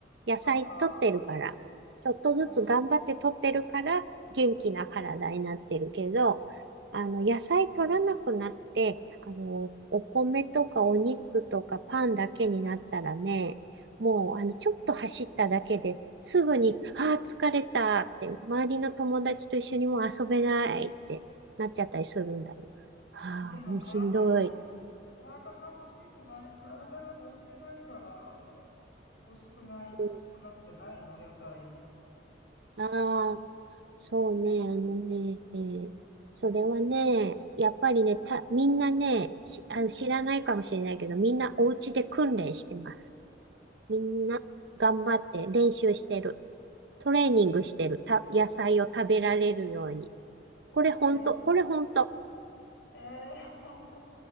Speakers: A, on the right (about 70°); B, on the left (about 70°).
A: 野菜取ってるから、
B: そっか。
A: ちょっとずつ頑張って取ってるから、
B: うー
A: 元気な体になってるけど、あの、野菜取らなくなって、あの、お米とかお肉とかパンだけになったらね、もう、あの、ちょっと走っただけで、すぐに、ああ、疲れたって、周りの友達と一緒にもう遊べないってなっちゃったりするんだよ。ああ、
B: ん、でも体、
A: もうしんどい。
B: 体が欲しくない、体が欲してないから、欲しくない、
A: う
B: 欲しくないんじゃないの野菜。
A: ん、ああ、そうね、あのね、それはね、やっぱりね、た、みんなね、しあの、知らないかもしれないけど、みんなお家で訓練してます。みんな頑張って練習してる。トレーニングしてる。た、野菜を食べられるように。これ本当、
B: で、
A: これ本当。
B: ええー、ほんと。う